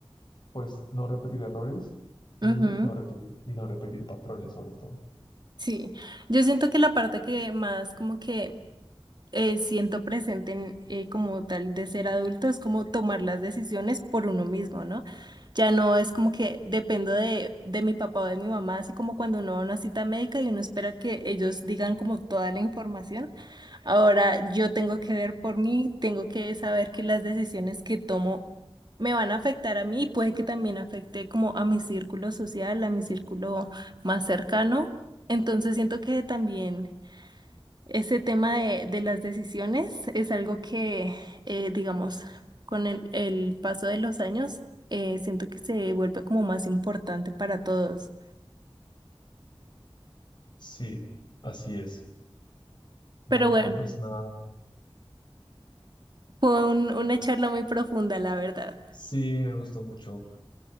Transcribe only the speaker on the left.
pues no repetir errores y
no repetir y no repetir patrones sobre todo.
Sí, así es. Bueno,
pues nada.
Sí, me gustó mucho.